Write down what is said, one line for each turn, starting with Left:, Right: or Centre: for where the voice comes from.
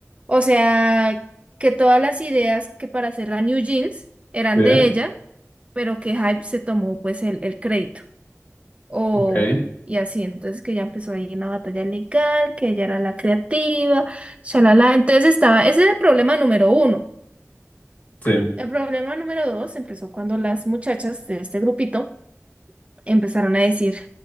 Right: O sea, que todas las ideas que para hacer la New Jeans eran
Left: sí,
Right: de ella pero que Hype se tomó pues el, el crédito. O,
Left: ok,
Right: y así, entonces que ya empezó ahí una batalla legal, que ella era la creativa, shalala. Entonces estaba, ese era el problema número uno.
Left: sí.
Right: El problema número dos empezó cuando las muchachas de este grupito empezaron a decir,